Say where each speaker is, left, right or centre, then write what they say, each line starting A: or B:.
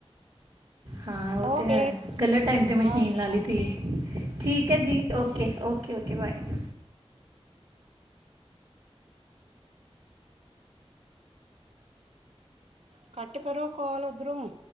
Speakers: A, on the right; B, on the right.
A: ਹਾਂ ਉਹ
B: ਓਕੇ
A: ਤੇ ਹੈ, ਗਲਤ ਟਾਈਮ ਤੇ
B: ਬਾਏ
A: ਮਸ਼ੀਨ ਲਾ ਲਈ ਤੁਸੀਂ। ਠੀਕ ਹੈ ਦੀ, ਓਕੇ-ਓਕੇ-ਓਕੇ ਬਾਏ।
B: ਕੱਟ ਕਰੋ ਕਾਲ ਉੱਧਰੋਂ।